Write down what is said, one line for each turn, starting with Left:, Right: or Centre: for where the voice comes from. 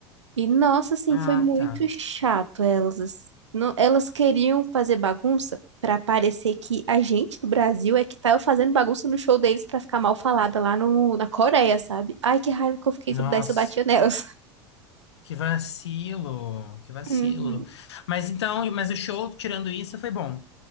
Right: E nossa, assim,
Left: Ah,
Right: foi muito
Left: tá.
Right: chato elas. as- Não, elas queriam fazer bagunça pra parecer que a gente do Brasil é que tava fazendo bagunça no show deles pra ficar mal falada lá no, na Coreia, sabe? Ai, que raiva que eu fiquei
Left: Nossa,
Right: se eu pudesse, eu batia nelas. <laughs>
Left: que vacilo, que vacilo.
Right: Uhum.
Left: Mas então, mas o show, tirando isso, foi bom.